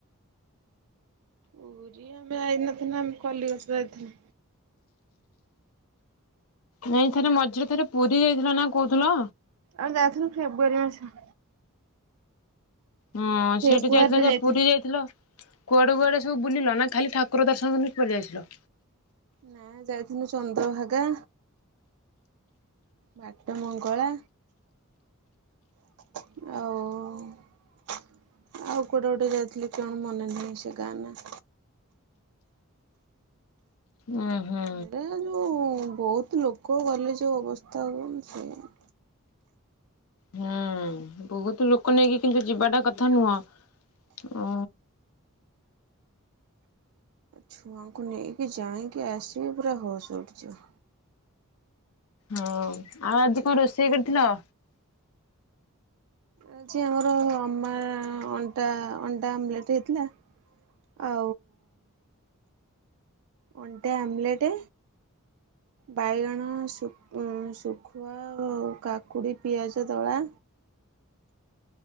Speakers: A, on the right (about 75°); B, on the left (about 80°).
A: ପୁରୀ ଆମେ ଆଇନଥିଲୁ ଆମେ କଲିକତା ଆଇଥିଲୁ।
B: ନାଇଁ ଥରେ ମଝିରେ ଥରେ ପୁରୀ ଯାଇଥିଲା ନା କହୁଥିଲ।
A: ଆଉ ଯାଇଥିଲୁ ଫେବୃଆରି ମାସ।
B: ହଁ
A: ଫେବୃଆରୀରେ
B: ସେଠି ଯାଇଥିଲ ଯା
A: ଯାଇଥିଲୁ
B: ପୁରୀ ଯାଇଥିଲ। କୁଆଡେ କୁଆଡେ ସବୁ ବୁଲିଲ ନା ଖାଲି ଠାକୁର ଦର୍ଶନ କନିକ ପଲିଆସିଲ?
A: ନା ଯାଇଥିନୁ ଚନ୍ଦ୍ରଭାଗା। ବାଟ ମଙ୍ଗଳା। ଆଉ ଆଉ କୁଆଡ଼େ ଗୋଟେ ଯାଇଥିଲି କଣ ମନେ ନାହିଁ ସେ ଗାଁ ନା।
B: ଉଁ ହୁଁ।
A: ଏଡେ ଯୋଉ ବହୁତ ଲୋକ ଗଲେ ଯୋଉ ଅବସ୍ଥା ହୁଅ ମୁଁ ସେୟା।
B: ହୁଁ ବହୁତ ଲୋକ ନେଇକି କିନ୍ତୁ ଯିବାଟା କଥା ନୁହଁ ଓ
A: ଛୁଆଙ୍କୁ ନେଇକି ଯାଇକି ଆସିବେ ପୁରା ହୋସ ଉଡ଼ିଯିବ।
B: ହଁଉ ଆଉ ଆଜି କଣ ରୋଷେଇ କରିଥିଲ?
A: ଆଜି ଆମର ଅମା ଅଣ୍ଡା ଅଣ୍ଡା ଆମ୍ଲେଟ୍ ହେଇଥିଲା। ଆଉ ଅଣ୍ଡା ଆମ୍ଲେଟ ବାଇଗଣ ସୁ ଉଁ ଶୁଖୁଆ ଆଉ କାକୁଡ଼ି ପିଆଜ ଦଳା